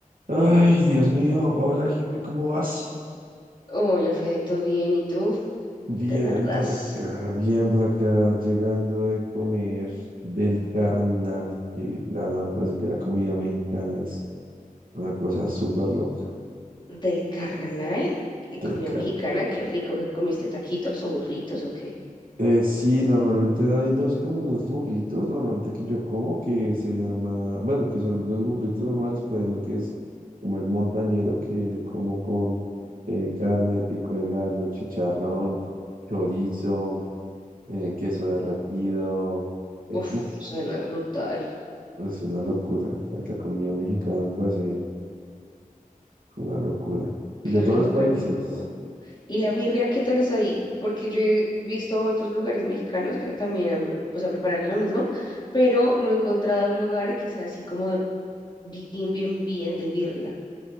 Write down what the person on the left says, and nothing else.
Hola, Fede, ¿todo bien? ¿Y tú?
¿Qué te narras
del carnal y
comida
mexicana? Qué rico, ¿qué comiste? ¿Taquitos o burritos o qué?
Uf,
suena brutal.
Qué
rico,
qué rico. ¿Y la birria qué tal es ahí? Porque yo he visto otros lugares mexicanos que también han, pre- o sea, preparan lo mismo, pero no he encontrado un lugar que sea así como de bien, bien, bien de birria.